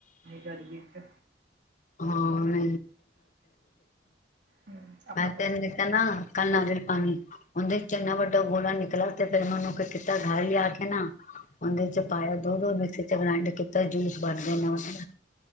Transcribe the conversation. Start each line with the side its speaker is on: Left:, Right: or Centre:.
Right: ਗਰਮੀ ਚ
Left: <unintelligible> ਮੈਂ
Right: ਹੂੰ ਆਪਾਂ ਦੱਸ
Left: ਤੇ ਇਹਨੂੰ ਦਿੱਤਾ ਨਾ? ਕੱਲ੍ਹ ਨਾਰੀਅਲ ਪਾਣੀ। ਉਹਦੇ ਚ ਇੰਨਾ ਵੱਡਾ ਗੋਲਾ ਨਿਕਲਾ, ਤੇ ਫੇਿਰ ਉਹ ਨੂੰ ਕੀਤਾ ਗ ਲਿਆ ਕੇ ਨਾ ਉਹਦੇ ਚ ਪਾਇਆ ਦੁੱਧ ਮਿਕਸੀ ਚ ਗਰਿੰਡ ਕੀਤਾ ਜੂਸ ਬਣ ਗਿਆ ਏਨਾ ਵਦੀਆਂ!